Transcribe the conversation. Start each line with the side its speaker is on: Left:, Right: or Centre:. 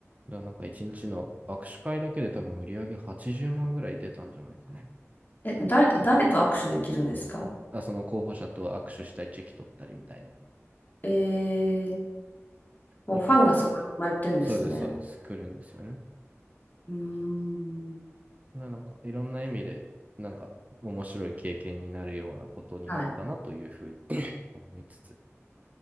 Right: だからなんか一日の握手会だけで多分売り上げ80万ぐらい出たんじゃないかな。
Left: え、誰、誰と握手できるんですか
Right: あその候補者と握手したいチェキ取ったりみたいな。
Left: えー、もうファンがそこに生まれてんですね。
Right: 意外と。そうです、そうです。来るんですよね。
Left: うーん。
Right: ななんかいろんな意味で、なんか面白い経験になるようなことになったなというふうに
Left: はい。
Right: <clears throat> <laughs> 思いつつ、